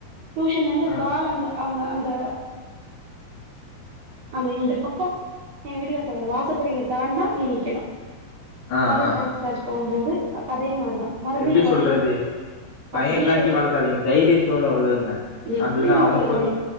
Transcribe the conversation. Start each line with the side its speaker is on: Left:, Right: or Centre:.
Right: டியூஷன்ல இருந்து
Left: ஆ
Right: கால அங்க அவங்க அந்த அந்த இந்த பக்கம் <unintelligible> அந்த வாசப்பிடிங்க தண்டுனா நீ நிக்கணும்
Left: ஆ
Right: <unintelligible>
Left: ஆ
Right: டான்ஸ் <unintelligible> போம் போது கதைய மா இரு மறுபடியும்
Left: எப்டி
Right: வரும்போது
Left: சொல்றது பய
Right: அப்படியே
Left: காட்டி வளக்காதீங்க தைரியத்தோட வளருங்க
Right: எப்படனு
Left: அதுதா அவங்க
Right: <unintelligible>